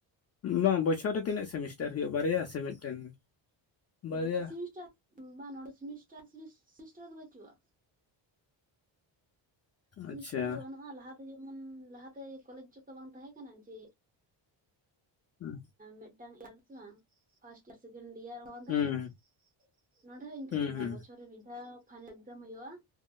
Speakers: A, on the left; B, on the right.
A: ᱵᱟᱝ ᱵᱚᱪᱷᱚᱨ ᱨᱮ ᱛᱤᱱᱟᱹᱜ ᱥᱮᱢᱤᱥᱴᱟᱨ ᱦᱩᱭᱩᱜᱼᱟ, ᱵᱟᱨᱭᱟ ᱥᱮ ᱢᱤᱫᱴᱮᱱ ᱵᱟᱨᱭᱟ
B: ᱵᱚᱪᱷᱚᱨ ᱥᱮᱢᱤᱥᱴᱟᱨ <inaudible> ᱵᱟᱝ ᱱᱚᱰᱮ ᱥᱮᱢᱤᱥᱴᱟᱨ ᱥᱮᱢᱤᱥᱴᱟᱨ ᱫᱚ ᱵᱟᱟᱹᱪᱩᱜᱼᱟ᱾ ᱥᱮᱢᱤᱥᱴᱟᱨ
A: ᱟᱪᱪᱷᱟ
B: ᱫᱚ ᱵᱟᱹᱱᱩᱜᱼᱟ ᱞᱟᱦᱟᱛᱮ ᱡᱮᱢᱚᱱ ᱞᱟᱦᱟᱛᱮ ᱠᱚᱞᱮᱡ ᱡᱚᱜ ᱫᱚ ᱵᱟᱝ ᱛᱟᱦᱮᱸ ᱠᱟᱱᱟ ᱡᱮ
A: ᱦᱩᱸ
B: ᱢᱤᱫᱴᱟᱝ ᱮᱞᱥ ᱵᱟᱝ ᱯᱷᱟᱥᱴ ᱥᱮᱠᱮᱱᱰ ᱤᱭᱟᱨ ᱵᱟᱝ ᱛᱟᱦᱮᱸ
A: ᱦᱩᱸ
B: ᱠᱟᱱᱟ᱾ ᱱᱚᱰᱮ ᱦᱚᱸ ᱤᱱᱠᱟᱹᱜ
A: ᱦᱩᱸ
B: ᱜᱮ ᱢᱮᱱᱟᱜᱼᱟ
A: ᱦᱩᱸ
B: ᱵᱚᱪᱷᱚᱨ ᱨᱮ ᱢᱤᱫ ᱫᱷᱟᱣ ᱯᱷᱟᱭᱱᱮᱞ ᱮᱠᱡᱟᱢ ᱦᱳᱭᱳᱜ